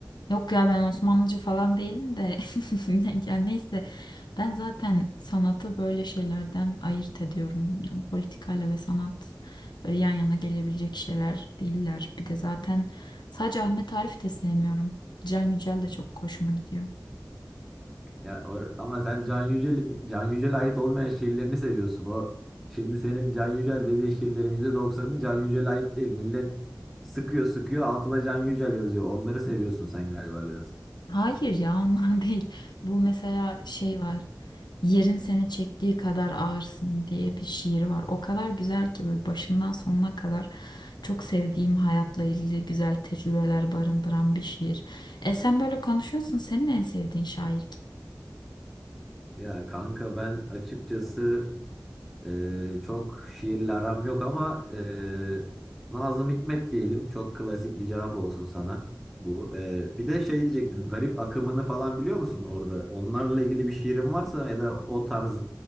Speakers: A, on the left (about 80°); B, in the centre.
A: Yok ya ben Osmanlıcı falan değilim de <laughs> ya neyse ben zaten sanatı böyle şeylerden ayırt ediyorum. Yani politikayla ve sanat böyle yan yana gelebilecek şeyler değiller. Bir de zaten sadece Ahmet Arif de sevmiyorum. Can Yücel de çok hoşuma gidiyor.
B: Ya, o ama sen Can Yücel'in Can Yücel'e ait olmayan şiirlerini seviyorsun o. Şimdi senin Can Yücel dediği şiirlerin %90'ı Can Yücel'e ait değil. Millet sıkıyor sıkıyor altına Can Yücel yazıyor. Onları seviyorsun sen galiba biraz.
A: Hayır ya ondan <laughs> değil. Bu mesela şey var. Yerin seni çektiği kadar ağırsın diye bir şiir var. O kadar güzel ki böyle başından sonuna kadar çok sevdiğim hayatla ilgili güzel tecrübeler barındıran bir şiir. E sen böyle konuşuyorsun. Senin en sevdiğin şair kim?
B: Ya kanka ben açıkçası e, çok şiirle aram yok ama e, Nazım Hikmet diyelim. Çok klasik bir cevap olsun sana bu. E, bir de şey diyecektim. Garip akımını falan biliyor musun orada? Onlarla ilgili bir şiirin varsa ya da o tarz